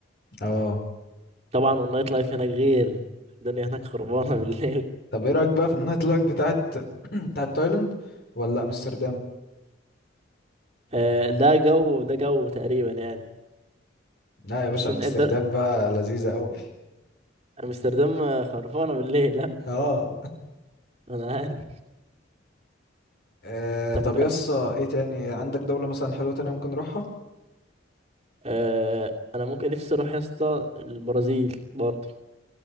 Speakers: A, on the left; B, on the right.
A: اه
B: طبعا والنايت لايف هناك غير الدنيا هناك خربانه <laughs> بالليل
A: طب ايه رايك بقى في النايت لايف بتاعت <clears throat> بتاعت تايلاند ولا امستردام
B: آه ده جو ده جو تقريبا يعني
A: لا يا باشا
B: بس
A: امستردام
B: انت انت
A: بقى لذيذه قوي
B: امستردام خرفانه بالليل ها
A: <laughs> اه
B: انا عارف
A: آه،
B: طب
A: طب يس ايه تاني عندك دولة مثلا حلوة تانية ممكن نروحها
B: آه انا ممكن نفسي اروح يا اسطى البرازيل برضه